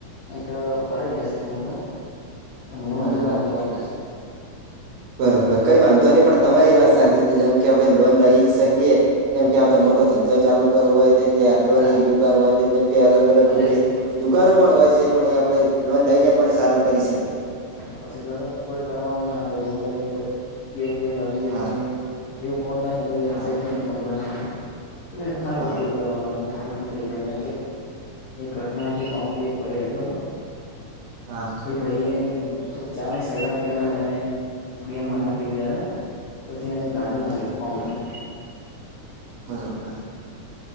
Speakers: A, on the left; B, on the right.
A: અહી તો ફરાઈ જશે લોન તો પણ લોન
B: હા
A: લેવાની
B: હા
A: ચોક્કસ
B: બરોબર કઈ વાંધો નહી પણ તમારી વાત સાચી છે જેમ કે આપડણે લોન લઈ ગએ જેમ કે આપડે મોટો ધંધો ચાલુ હોય જે આગ્રહની
A: હા
B: દુકાન હોય છે જેમ કે અલગ અલગ
A: ભલે
B: રીતે
A: પછી
B: દુકાનો પણ હોય છે પણ આપણે લોન લઈને પણ ચાલુ કરી શકીએ
A: હા પછી ગલત કોઈ કરવાનું ના હોય લોન લઈને કોઈ ગેમ બેેમ રમી જઈએ
B: હા
A: એવું ઓનલાઈન એવી વેબસાઇટ
B: હા
A: નહી રમવાની સારો
B: હા
A: ઉપયોગ કરવાનો લં જાય એક ઘટના હતી પંપે એકય રહેતો હતો
B: હા
A: એ ભાઈ એ ચાીસ હજાર કેંદ મે ગેમ બનાખ જદ પછી એને કાઢી
B: હા હા
A: નાખ્યો પપ
B: બરોબર